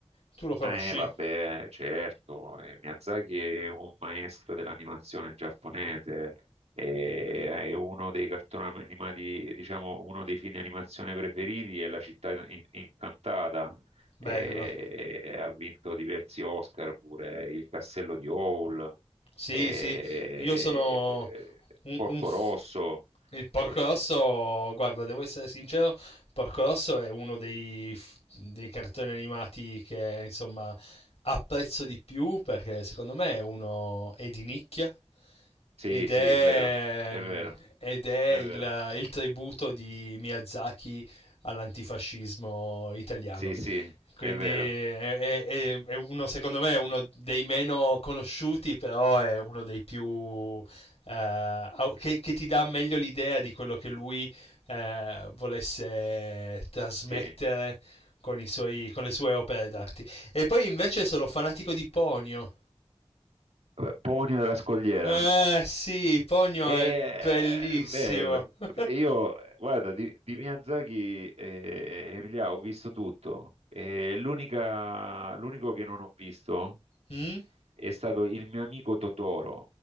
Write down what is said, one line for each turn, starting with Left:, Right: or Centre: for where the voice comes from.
Left: Tu lo conosci?
Right: Ah, Eh, vabbè, certo, eh, Miyazaki è un maestro dell'animazione giapponese, e è uno dei cartoni animati, diciamo, uno dei film di animazione preferiti è La città in- incantata, e
Left: Bello.
Right: ha vinto diversi Oscar pure, Il castello di Howl,
Left: Sì,
Right: e,
Left: sì, io sono
Right: eh,
Left: un,
Right: Porco
Left: un f-
Right: Rosso,
Left: il Porco
Right: eh,
Left: Rosso, guarda, devo essere sincero, Porco Rosso è uno dei, f- dei cartoni animati che, insomma, apprezzo di più perché secondo me è uno è di nicchia
Right: sì,
Left: ed
Right: sì,
Left: è,
Right: è vero, è vero,
Left: ed è
Right: è
Left: il,
Right: vero,
Left: il tributo di Miyazaki all'antifascismo italiano.
Right: sì, sì,
Left: Quindi
Right: è vero,
Left: è, è- è- è uno, secondo me, è uno dei meno conosciuti, però è uno dei più... eh, au- che, che ti dà meglio l'idea di quello che lui eh, volesse trasmettere
Right: sì.
Left: con, i suoi- con le sue opere d'arte. E poi invece sono fanatico di Ponio.
Right: eh, Ponio della Scogliera.
Left: Eh sì, Ponio
Right: E,
Left: è bellissimo.
Right: bello.
Left: <laughs>
Right: Io, guarda, di, di Miyazaki, eh, Emilia, ho visto tutto. E l'unica- l'unico che non ho visto
Left: Mm?
Right: è stato il mio amico Totoro.